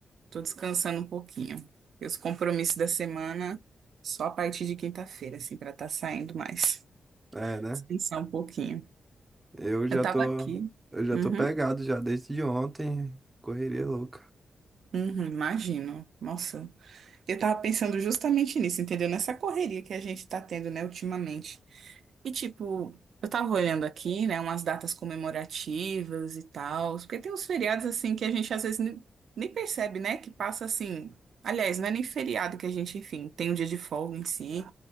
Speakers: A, on the right (about 75°); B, on the right (about 15°).
A: tô descansando um pouquinho. E os compromissos da semana só a partir de quinta-feira, assim, pra tá saindo mais.
B: É, né?
A: Descansar um pouquinho.
B: Eu já
A: Eu tava
B: tô.
A: aqui.
B: Eu já
A: Uhum,
B: tô pegado já desde ontem. Correria louca.
A: uhum, imagino. Nossa, eu tava pensando justamente nisso, entendeu? Nessa correria que a gente tá tendo, né, ultimamente. E tipo, eu tava olhando aqui, né, umas datas comemorativas e tal, porque tem uns feriados assim que a gente às vezes nem nem percebe, né, que passa assim. Aliás, não é nem feriado que a gente, enfim, tem um dia de folga em si.